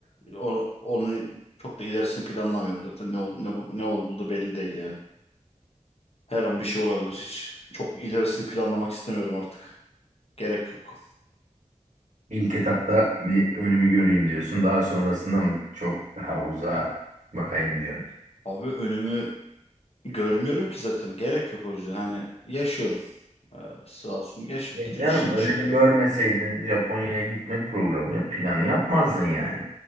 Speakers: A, on the left (about 55°); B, on the right (about 75°).
A: o- onu çok da ilerisini planlamıyorum zaten. Ne, ol- ne, bu- ne olduğu da belli değil yani. Her an bir şey olabilir. Hiç çok ilerisini planlamak istemiyorum artık. Gerek yok.
B: İlk etapta bir önümü göreyim diyorsun. Daha sonrasında mı çok daha uzağa bakayım diyorsun.
A: Abi önümü görmüyorum ki zaten. Gerek yok o yüzden. Hani yaşıyorum. Ee, sağ olsun yaşayıp
B: Ya
A: gidiyoruz
B: canım
A: işte
B: önünü
A: bir şekilde.
B: görmeseydin Japonya'ya gitme programı planı yapmazdın yani.